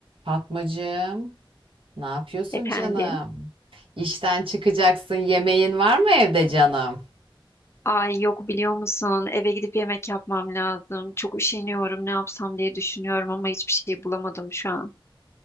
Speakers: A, on the right; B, on the left.
A: Fatmacığım, ne yapıyorsun
B: Efendim.
A: canım? İşten çıkacaksın, yemeğin var mı evde canım?
B: Ay yok biliyor musun? Eve gidip yemek yapmam lazım. Çok üşeniyorum. Ne yapsam diye düşünüyorum ama hiçbir şey bulamadım şu an.